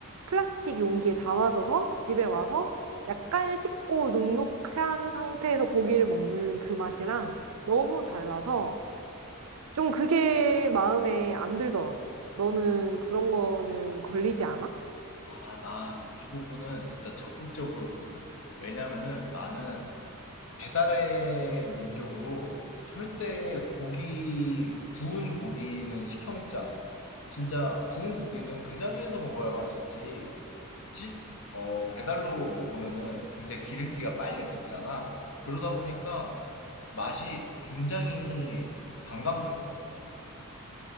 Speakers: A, on the right; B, on the left.
A: 플라스틱 용기에 담아져서 집에 와서 약간 식고 눅눅한 상태에서 고기를 먹는 그 맛이랑 너무 달라서 좀 그게 마음에 안 들더라고. 너는 그런 거는 걸리지 않아?
B: 아, 나 이 부분은 진짜 적극적으로 공감해. 왜냐면은 나는 배달의 민족으로 절대 고기, 구운 고기는 시켜 먹지 않아. 진짜 구운 고기는 그 자리에서 먹어야 맛있지. 시- 어, 배달로 먹으면은 굉장히 기름기가 빨리 굳잖아. 그러다 보니까 맛이 굉장히 반감되더라고.